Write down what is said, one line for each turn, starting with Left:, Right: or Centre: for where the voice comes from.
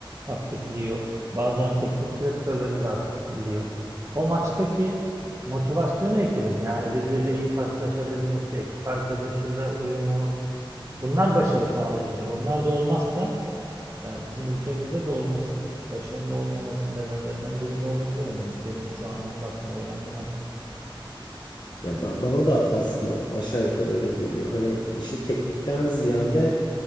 Right: aktifliği yok. Bazen teknik direktörlerin de aktifliği yok. O maçtaki motivasyonu ekibin yani birbiriyle iyi paslaşabilmesi, ekip arkadaşıyla uyumu bunlar başarı sağlayabilir. Onlar da olmazsa yani bizim ülkemizde de olması başarılı olmaması nedenlerinden biri bu olabilir. Hani benim şu an ilk aklıma gelen bunlar.
Left: Ya ben, bana da aslında aşağı yukarı öyle geliyor. Hani işi teknikten ziyade